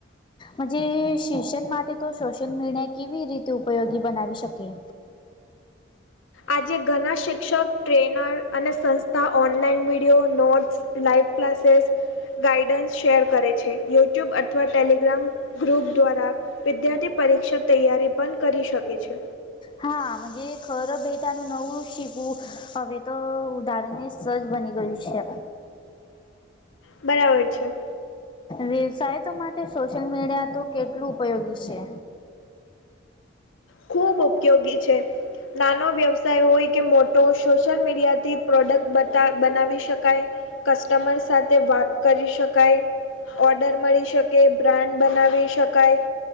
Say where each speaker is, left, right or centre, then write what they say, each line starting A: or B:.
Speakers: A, on the left; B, on the left.
A: <inaudible> શિક્ષણ માટે તો સોશિયલ મીડિયા કેવી રીતે ઉપયોગી બનાવી શકે?
B: આજે ઘણા શિક્ષક ટ્રેનર અને સં ત online video, notes, live classes guidance share કરે છે, યુટ્યુબ અથવા ટેલિગ્રામ ગ્રુપ દ્વારા વિદ્યાર્થી પરીક્ષા તૈયારી પણ કરી શકે છે.
A: હાજ ખર બેટાનું નવું શિકવું હવે તો ઉદાહરણ એ સજ બની ગયું છે.
B: બરાબર છે.
A: વ્યવસાય તો માટે સોશિયલ મીડિયા તો કેટલું ઉપયોગી છે?
B: ખૂબ ઉપયોગી છે. નાનો વ્યવસાય હોય કે મોટો સોશિયલ મીડિયા થી પ્રોડક્ટ બતા બનાવી શકાય કસ્ટમર સાથે વાત કરી શકાય ઓડર મળી શકે, બ્રાન્ડ બનાવી શકાય